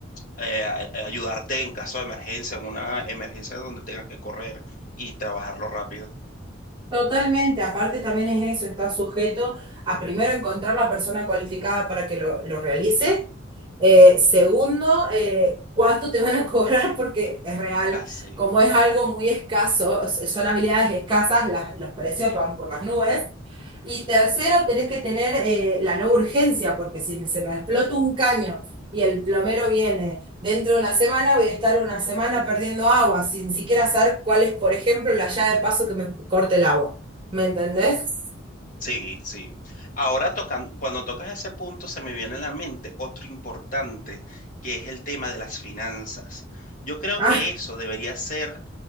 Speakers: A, on the left; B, on the right.
A: eh, a- eh, ayudarte en caso de emergencia, en una emergencia donde tengas que correr y trabajarlo rápido.
B: Totalmente, aparte también es eso, está sujeto a primero encontrar la persona cualificada para que lo, lo realice, eh, segundo, eh, cuánto te van a cobrar <laughs> porque es real,
A: Así.
B: como es algo muy escaso, son habilidades escasas, las- los precios van por las nubes, Y tercero, tenés que tener eh, la no urgencia, porque si se me explota un caño y el plomero viene dentro de una semana, voy a estar una semana perdiendo agua, sin siquiera saber cuál es, por ejemplo, la llave de paso que me corta el agua. ¿Me entendés?
A: Sí, sí. sí. Ahora tocan, cuando tocas ese punto se me viene a la mente otro importante, que es el tema de las finanzas. Yo creo
B: <laughs>
A: que eso debería ser